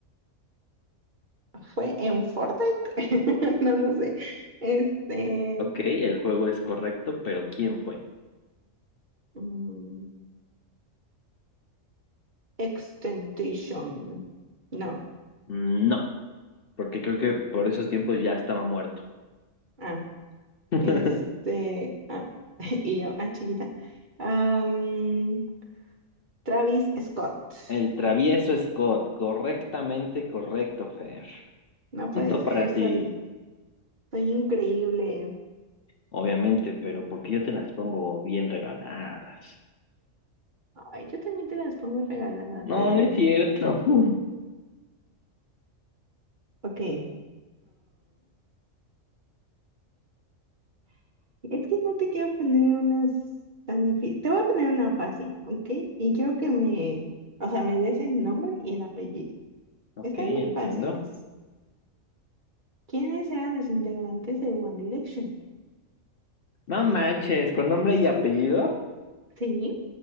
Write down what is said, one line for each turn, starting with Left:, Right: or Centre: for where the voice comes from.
Right: ¿fue en Fortnite? <laughs> No, no sé. Este,
Left: Ok, el juego es correcto, pero ¿quién fue?
Right: mm, Extentation. No.
Left: No, porque creo que por esos tiempos ya estaba muerto.
Right: Ah,
Left: <laughs>
Right: este, ah, <laughs> y yo, ah, chiquita. Am, Travis Scott.
Left: El travieso Scott, correctamente correcto, Fer.
Right: No puede
Left: Punto
Right: ser,
Left: para ti,
Right: soy, soy increíble.
Left: obviamente, pero porque yo te las pongo bien regaladas.
Right: Ay, yo también te las pongo regalada,
Left: No,
Right: pero,
Left: no es cierto. <laughs>
Right: ok. Es que no te quiero poner unas tan difíciles. Te voy a poner una fácil, ¿ok? Y quiero que me, o sea, me des el nombre y el apellido.
Left: Ok,
Right: Están muy
Left: entiendo.
Right: fáciles. ¿Quiénes eran los integrantes de One Direction?
Left: No manches, con nombre y apellido.
Right: Sí.